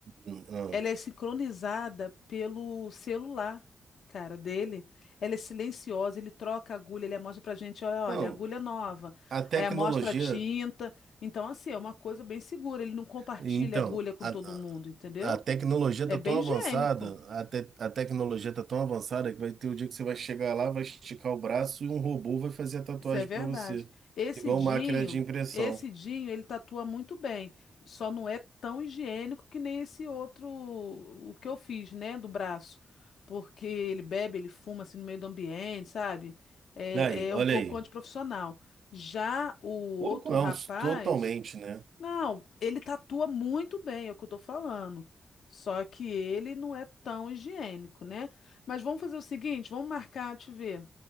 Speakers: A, on the right (about 60°); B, on the left (about 80°).
A: hum, hum.
B: Ela é sincronizada pelo celular, cara, dele. Ela é silenciosa, ele troca a agulha, ele mostra pra gente, olha, olha,
A: não,
B: agulha nova.
A: a tecnologia.
B: Aí amostra a tinta. Então, assim, é uma coisa bem segura. Ele não compartilha
A: Então,
B: agulha com
A: a,
B: todo
A: a
B: mundo, entendeu?
A: a tecnologia
B: É
A: tá
B: bem
A: tão avançada,
B: higiênico.
A: a, te, a tecnologia tá tão avançada que vai ter o dia que você vai chegar lá, vai esticar o braço e um robô vai fazer a tatuagem
B: Isso é verdade.
A: pra você,
B: Esse
A: igual
B: Dinho,
A: máquina de impressão.
B: esse Dinho, ele tatua muito bem. Só não é tão higiênico que nem esse outro, o que eu fiz, né, do braço. Porque ele bebe, ele fuma assim no meio do ambiente, sabe? É,
A: Aí,
B: é
A: olha
B: um pouco
A: aí.
B: antiprofissional. Já o outro
A: Pouco não,
B: rapaz,
A: totalmente, né?
B: não, ele tatua muito bem, é o que eu tô falando. Só que ele não é tão higiênico, né? Mas vamos fazer o seguinte, vamos marcar, deixa eu ver.